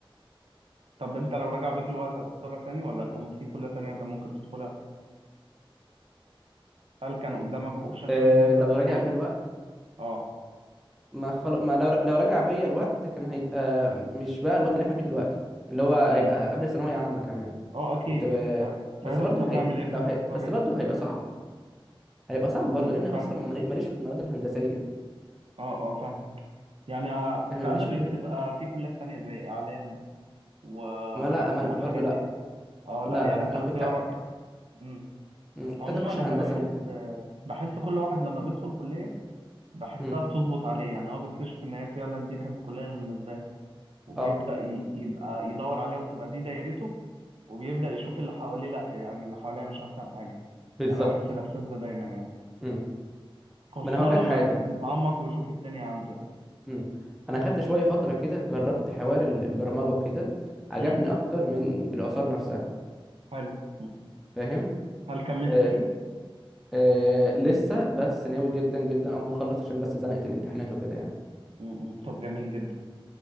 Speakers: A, on the right; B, in the centre.
A: طب انت لو رجع بيك الوقت هتختارها تاني ولا كان في كليه تانية كان ممكن تدخلها هل كان قدامك اوبشن
B: آه،
A: تاني ان انت
B: لو
A: تدخله
B: رجع بيا الوقت
A: اه
B: ما خل... ما لو لو رجع بيا الوقت كان هيبقى مش بقى الوقت اللي احنا فيه دلوقتي اللي هو هيبقى
A: امم
B: قبل ثانويه عامه كمان
A: اه اكيد
B: كنت ب...
A: سا-
B: بس
A: ساعتها
B: برضه
A: كنت هتعمل
B: هي...
A: ايه كنت
B: لو هي...
A: هتختار
B: بس
A: ايه
B: برضه هيبقى صعب هيبقى صعب برضه
A: امم
B: لان اصلا
A: فاهم
B: مالي- ماليش في المواد الهندسيه
A: اه اه فاهم يعني آه،
B: انا
A: في
B: ماليش
A: ادبي
B: في
A: بتبقى في كليات تانية زي اعلام و...
B: ما لا ما...
A: والحاجات
B: برضه لا
A: دي اه لا
B: لا
A: يعني
B: لا لا
A: انت
B: انا
A: اختيارك
B: كنت
A: مم.
B: مم، كنت
A: عموما
B: عايز اخش
A: انا
B: هندسه
A: بحس
B: ممكن
A: آه، بحس كل واحد لما بيدخل كليه بحسها
B: مم.
A: بتظبط عليه يعني هو بيكتشف ان هي فعلا دي كانت الكليه اللي مناسباه له وبيبدا
B: اه
A: ي- يبقى يدور عليها وتبقى دي دايرته وبيبدا يشوف اللي حواليه لا يعني اللي حواليه مش احسن حاجه
B: بالظبط
A: انا بحس الاحساس ده دايما يعني
B: مم.
A: خصوصا
B: ما انا هقول
A: لما
B: لك حاجه
A: يتعمق ويشوف الدنيا عنده يعني
B: مم. انا خدت شويه فتره كده جربت حوار ال- البرمجه وكده عجبني
A: امم
B: اكتر من الاثار نفسها
A: حلو مم.
B: فاهم
A: هل كملت
B: آه
A: فيه
B: آه لسه بس ناوي جدا جدا اول ما اخلص عشان بس زنقه الامتحانات وكده يعني
A: امم طب جميل جدا